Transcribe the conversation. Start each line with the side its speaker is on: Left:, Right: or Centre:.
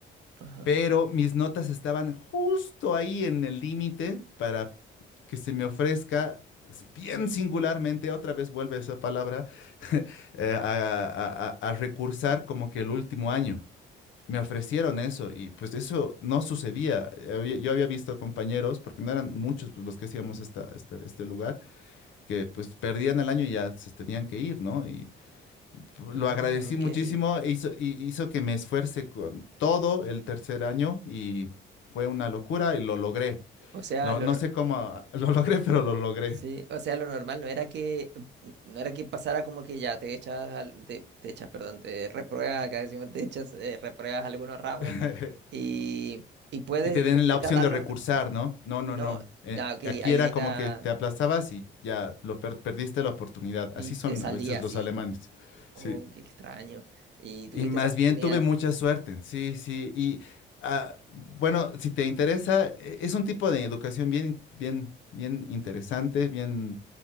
Right: ajá.
Left: pero mis notas estaban justo ahí en el límite para que se me ofrezca. s- Bien singularmente, otra vez vuelve esa palabra, <laughs> eh, a, a a- a- a recursar como que el último año. Me ofrecieron eso y pues eso no sucedía. Había- Yo había visto compañeros, porque no eran muchos pues, los que hacíamos esta, este, este lugar, que pues perdían el año y ya se tenían que ir, ¿no? Y lo
Right: Ah,
Left: agradecí
Right: ok.
Left: muchísimo, e hizo, y hizo que me esfuerce con todo el tercer año y fue una locura y lo logré.
Right: O sea,
Left: Lo-
Right: lo,
Left: no
Right: no-
Left: sé cómo ah, <laughs> lo logré, pero lo logré.
Right: sí, o sea, lo normal no era que, no era que pasara como que ya te echas, al- te, te echas, perdón, te repruebas, acá decimos te echas, eh, repruebas algunos ramos
Left: <laughs>
Right: y, y puedes
Left: y te
Right: volver
Left: den la opción
Right: a darlos.
Left: de recursar, ¿no? No, no,
Right: No,
Left: no. Eh,
Right: ah, ok,
Left: aquí
Right: ahí
Left: era como
Right: era
Left: que te aplastabas y ya lo per- perdiste la oportunidad.
Right: y
Left: Así
Right: te
Left: son
Right: salías
Left: a veces los
Right: y,
Left: alemanes.
Right: oh,
Left: Sí.
Right: qué extraño. Y tuviste
Left: Y más
Right: esa oportunidad.
Left: bien tuve mucha suerte. Sí, sí. Y ah, bueno, si te interesa, e- es un tipo de educación bien, in- bien, bien interesante, bien